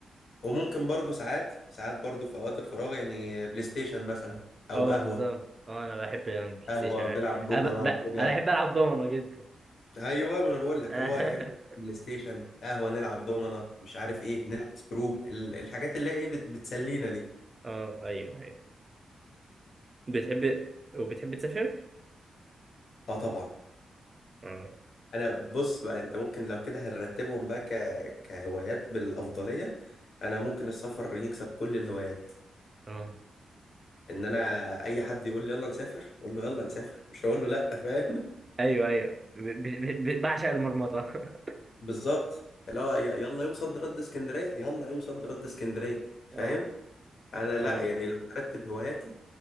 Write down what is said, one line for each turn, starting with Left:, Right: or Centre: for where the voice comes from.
Left: وممكن برضو ساعات ساعات برضو في اوقات الفراغ يعني بلاي ستيشن مثلا او
Right: اه
Left: قهوة
Right: بالظبط اه انا بحب البلاي
Left: قهوة
Right: ستيشن
Left: بنلعب دومنا
Right: انا ب... ب...
Left: وكده
Right: انا بحب العب دومنه جدا
Left: ايوه ما انا بقول لك
Right: <laughs> اه
Left: هو يا إما بلاي ستيشن قهوة نلعب دومنا مش عارف ايه نلعب سكرو ال- الحاجات اللي هي ايه بت- بتسلينا دي
Right: اه ايوه ايوه بتحب وبتحب تسافر؟
Left: اه طبعا
Right: اه
Left: انا بص بقى انت ممكن لو كده هنرتبهم بقى ك... كهوايات بالافضليه انا ممكن السفر يكسب كل الهوايات
Right: اه
Left: ان انا اي حد يقول لي يلا نسافر اقول له يلا نسافر مش هقول له لا فاهم
Right: ايوه ايوه ب... ب... ب... ب- بعشق المرمطه <laughs>
Left: <laughs> بالظبط اللي هو ي- يلا يوم صد رد اسكندريه يلا يوم صد رد اسكندريه فاهم
Right: اه
Left: انا لا
Right: اه
Left: يعني لو هرتب هواياتي